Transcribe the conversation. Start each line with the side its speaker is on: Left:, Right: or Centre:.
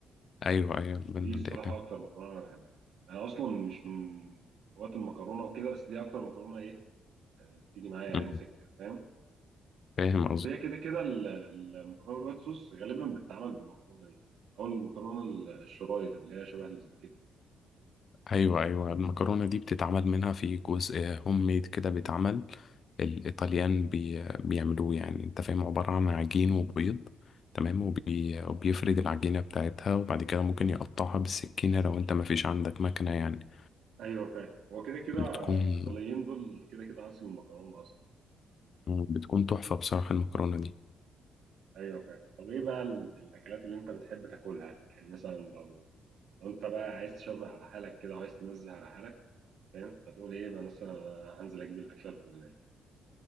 Left: ايوه ايوه البن
Right: دي
Left: والدقيق
Right: الصراحة أكتر مكرونة أنا بحبها أنا أصلا مش من هواة المكرونة وكده بس دي أكتر مكرونة إيه بتيجي معايا يعني
Left: مم.
Right: سكة فاهم
Left: فاهم
Right: وهي كده كده ال- المكرونة بالوايت صوص غالبا بتتعمل بالمكرونة دي أو المكرونة ال- الشرايط اللي هي شبه الاسباجيتي
Left: ايوه ايوه المكرونه دي بتتعمل منها في جزء هوم ميد كده بيتعمل الايطاليان بي بيعملوه يعني انت فاهم عباره عن عجين وبيض تمام وبي وبيفرد العجينه بتاعتها وبعد كده ممكن يقطعها بالسكينه لو انت ما فيش عندك مكنه يعني
Right: أيوه فاهم هو كده كده
Left: بتكون
Right: الإيطاليين دول كده كده أصل المكرونة أصلا
Left: بتكون تحفه بصراحه المكرونه دي
Right: ايوه فاهم طب ايه بقى ال- الاكلات اللي انت بتحب تاكلها يعني مثلا لو لو انت بقى عايز تشبع على حالك كده وعايز تنزه على حالك فاهم فتقول ايه بقى مثلا أنا هنزل اجيب الاكله الفلانيه